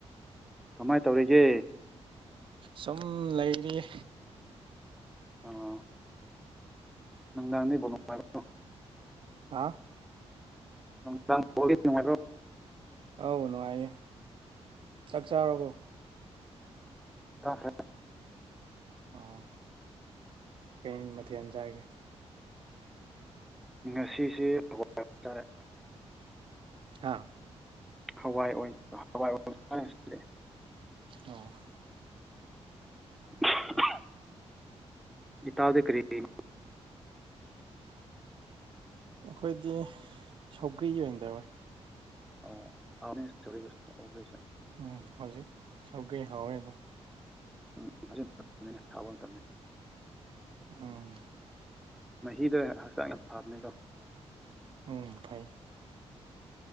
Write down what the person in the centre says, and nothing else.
ꯀꯃꯥꯏꯅ ꯇꯧꯔꯤꯒꯦ
ꯑꯥ ꯅꯨꯡꯗꯥꯡꯗꯤ <inaudible>
ꯑꯃꯨꯛꯇꯪ ꯕꯣꯜꯗꯤ ꯅꯨꯉꯥꯏꯕ꯭ꯔꯣ
ꯆꯥꯈ꯭ꯔꯦ
ꯉꯁꯤꯁꯦ <inaudible> ꯆꯥꯔꯦ
ꯍꯋꯥꯏ ꯑꯣꯏ ꯍꯋꯥꯏ ꯑꯣꯏ <inaudible>
<unintelligible> ꯏꯇꯥꯎꯗꯤ ꯀꯔꯤ ꯀꯔꯤ
ꯑꯣ ꯍꯥꯎꯅꯦ <inaudible>
ꯎꯝ ꯍꯧꯖꯤꯛ ꯃꯇꯝ <inaudible> ꯍꯥꯎꯕ ꯃꯇꯝꯅꯦ
ꯃꯍꯤꯗ ꯍꯛꯆꯥꯡ ꯌꯥꯝ ꯐꯕꯅꯦꯀꯣ